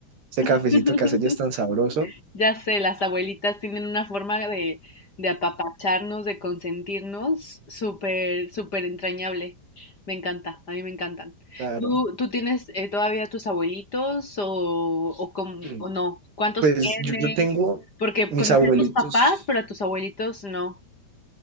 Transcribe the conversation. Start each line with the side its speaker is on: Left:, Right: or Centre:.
Right: ese
Left: <laughs>
Right: cafecito que hace ella es tan sabroso.
Left: Ya sé, las abuelitas tienen una forma de, de apapacharnos, de consentirnos, súper, súper entrañable. Me encanta, a mí me encantan.
Right: Claro.
Left: ¿Tú, tú tienes eh, todavía tus abuelitos o, o, cómo-
Right: <clears throat>
Left: o no? ¿Cuántos
Right: Pues
Left: tienes?
Right: yo, yo tengo
Left: Porque
Right: mis
Left: conocí
Right: abuelitos.
Left: a tus papás, pero a tus abuelitos no.